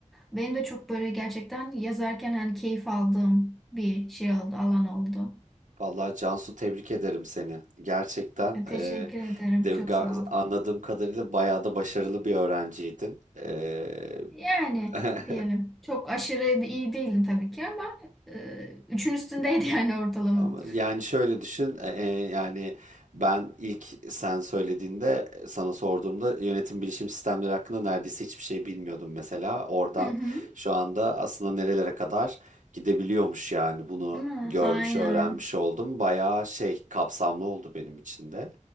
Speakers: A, in the centre; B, on the right.
A: Benim de çok böyle gerçekten yazarken hani keyif aldığım bir şey oldu, alan oldu.
B: vallahi Cansu tebrik ederim seni. Gerçekten
A: E, Teşekkür
B: e,
A: ederim.
B: de,
A: Çok
B: ga-
A: sağ ol.
B: anladığım kadarıyla bayağı da başarılı bir öğrenciydin. E,
A: Yani
B: <laughs>
A: diyelim çok aşırı iyi değildim tabii ki ama e, üçün üstündeydi <laughs> yani ortalamam.
B: Ama yani şöyle düşün, e, e, yani ben ilk sen söylediğinde sana sorduğumda yönetim bilişim sistemleri hakkında neredeyse hiçbir şey bilmiyordum mesela. Oradan
A: Hı hı.
B: şu anda aslında nerelere kadar gidebiliyormuş yani bunu
A: Değil mi?
B: görmüş,
A: Aynen.
B: öğrenmiş oldum. Bayağı şey kapsamlı oldu benim içinde.